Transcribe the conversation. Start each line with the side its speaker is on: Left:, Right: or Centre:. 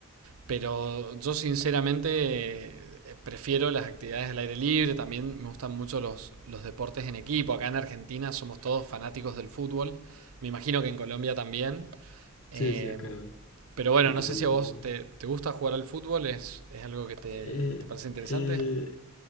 Right: pero yo sinceramente eh, prefiero las actividades al aire libre, también me gustan mucho los, los deportes en equipo, acá en Argentina somos todos fanáticos del fútbol, me imagino que en Colombia también,
Left: Sí,
Right: Eh,
Left: sí, acá,
Right: pero bueno,
Left: acá
Right: no sé
Left: también
Right: si a vos
Left: se ve mucho.
Right: te, te gusta jugar al fútbol, es, es algo que te,
Left: Eh,
Right: te parece interesante.
Left: eh,